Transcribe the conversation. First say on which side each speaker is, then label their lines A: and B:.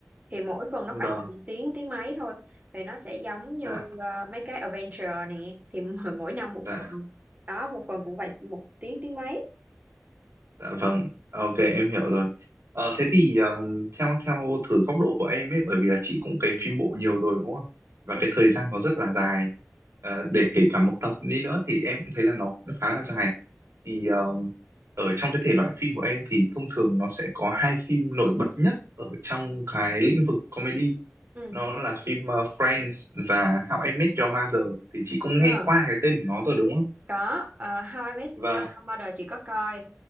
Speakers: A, on the right; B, on the right.
A: thì mỗi phần nó
B: vâng
A: khoảng tầm tiếng tiếng mấy thôi thì nó sẽ giống như
B: dạ
A: ờ, mấy cái adventure nè thì <laughs> mỗi mỗi năm một
B: dạ
A: phần đó một phần cũng phải một tiếng tiếng mấy
B: Dạ vâng, à, ok em hiểu rồi. Ờ, thế thì ờ, theo theo thử góc độ của em ấy, bởi vì là chị cũng cấy phim bộ nhiều rồi đúng không? Và
A: ừ,
B: cái thời gian nó rất là dài. Ờ, để kể cả một tập đi nữa thì em cũng thấy là nó cũng khá là dài. Thì ờ, ở trong cái thể loại phim của em thì thông thường nó sẽ có hai phim nổi bật nhất ở trong cái lĩnh vực comedy.
A: ừ.
B: Nó là phim ờ, Friends và How I Met Your Mother. Thì chị cũng
A: Ờ.
B: nghe qua cái tên của nó rồi đúng không?
A: có uh, How I Met
B: Vâng,
A: Your Mother chị có coi